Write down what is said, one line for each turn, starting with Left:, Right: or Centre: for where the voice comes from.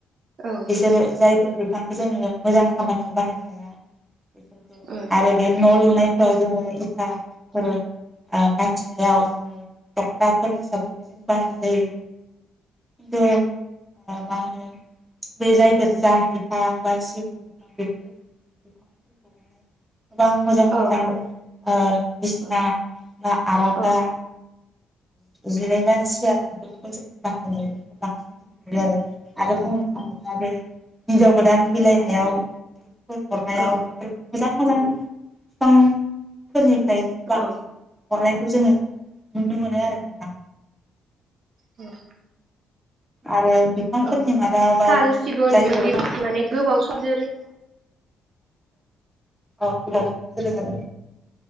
Right: औ
Centre: बिसोरो जायफोरखो <unintelligible> जोङो मोजां खामानियाव बाहायनो हाया बेफोरखौ
Right: उम
Centre: आरो बे न' लुनायफ्राव जोङो फा फोर बाथिनायाव जोङो थखथाफोर हिसाबैबो जों बाहायनाय जायो खिन्थु मा होनो बे जायफोर जाम बिफां बा सिगुन बिफां बेफोर बिफांफोरखौ माने गोबां मोजां
Right: औ
Centre: मोजां बिसिना
Right: उम
Centre: बा आरांगा
Right: औ
Centre: जिरायग्रा सियार बेफोरखौ जों बाहायनायखौ बांसिन नुनो मोनो आरो आरो आरो बुंनो थाङोब्ला बे हिनजाव गोदान बिलाइनायाव <unintelligible> बेफोर मोजां
Right: औ
Centre: मोजां फिफांफोरनि <unintelligible> बांसिन
Right: औ औ
Centre: हरनायखौ जोङो नुनो मोनो आरो नोंथां
Right: औ
Centre: आरो बिफांफोरनि
Right: औ
Centre: मादाव बा
Right: साल
Centre: बे
Right: सिगुन
Centre: जायफोर
Right: बेबायदि
Centre: अ
Right: दंफां फोरा माने गोबाव सम जोरो
Centre: औ गोबाव सम जोरो आरो